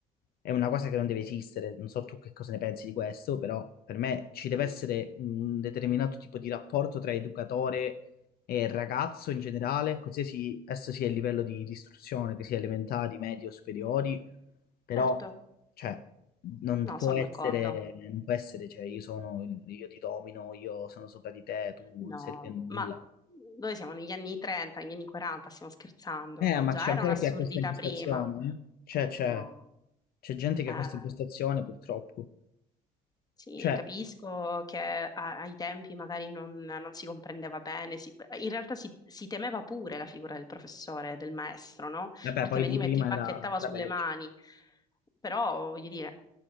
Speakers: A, on the left (about 65°); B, on the left (about 20°).
A: è una cosa che non deve esistere. Non so tu che cosa ne pensi di questo, però per me ci deve
B: Sì.
A: essere un determinato tipo di rapporto tra educatore e ragazzo in generale, qualsiasi esso sia il livello di, di istruzione, che sia elementari, medie o superiori però,
B: Certo,
A: cioè, non
B: no,
A: può
B: sono
A: essere,
B: d'accordo.
A: non può essere, cioè, io sono, io ti domino, io sono sopra di te, tu
B: No,
A: non servi a nulla.
B: ma noi siamo negli anni 30, negli anni 40, stiamo scherzando.
A: Eh,
B: Eh,
A: ma
B: già
A: c'è ancora
B: era un'assurdità
A: chi ha questa impostazione?
B: prima.
A: eh? Cioè, c'è
B: No,
A: c'è gente
B: eh,
A: che ha questa impostazione, purtroppo.
B: sì,
A: Cioè,
B: capisco che a- ai tempi magari non, non si comprendeva bene. si- in realtà si, si temeva pure la figura del professore, del maestro, no?
A: vabbè,
B: Perché
A: poi
B: veniva
A: lì prima
B: e ti bacchettava
A: era da
B: sulle
A: peggio.
B: mani. Però, voglio dire,